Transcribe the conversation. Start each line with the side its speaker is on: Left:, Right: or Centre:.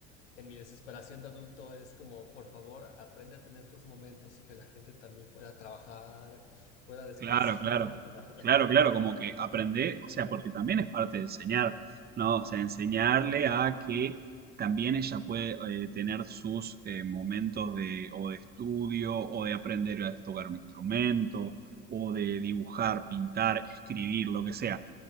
Left: en mi desesperación de adulto es como, por favor, aprende a tener tus momentos y que la gente también pueda trabajar, pueda descansar.
Right: Claro, claro,
Left: <laughs>
Right: claro, claro, como que aprender, o sea, porque también es parte de enseñar, ¿no? O sea, enseñarle a que también ella puede eh, tener sus eh, momentos de, o de estudio, o de aprender a tocar un instrumento, o de dibujar, pintar, escribir, lo que sea.